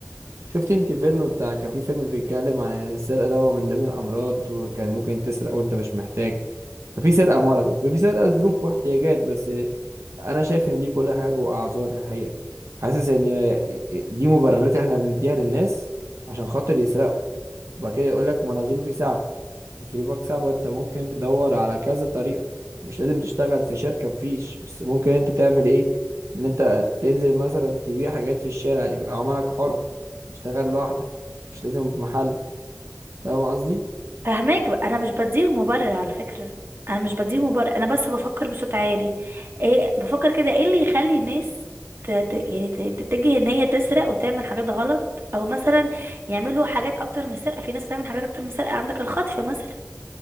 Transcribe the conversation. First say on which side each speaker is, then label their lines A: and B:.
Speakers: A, on the right; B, on the right.
A: شفت انت فيلم بتاع كان في فيلم بيتكلم عن ان السرقة ده هو من ضمن الامراض وكان ممكن تسرق وانت مش محتاج ففي سرقة مرض وفي سرقة ظروف واحتياجات بس انا شايف ان دي كلها حاجة واعذار الحقيقة حاسس ان دي مبررات احنا بنديها للناس عشان خاطر يسرقوا وبعد كده يقول لك ما انا ظروفي صعبة بس ظروفك صعبة انت ممكن تدور على كذا طريقة مش لازم تشتغل في شركة مفيش بس ممكن انت تعمل ايه ان انت تنزل مثلا تبيع حاجات في الشارع يبقى عملك حر تشتغل لوحدك مش لازم في محل فاهم قصدي
B: فهماك بقى انا مش بديهم مبرر على فكرة انا مش بديهم مبرر انا بس بفكر بصوت عالي ايه بفكر كده ايه اللي يخلي الناس ت... ت... يعني ت... تتجه ان هي تسرق وتعمل حاجات غلط او مثلا يعملوا حاجات اكتر من السرقة في ناس تعمل حاجات اكتر من السرقة عندك الخطف مثلا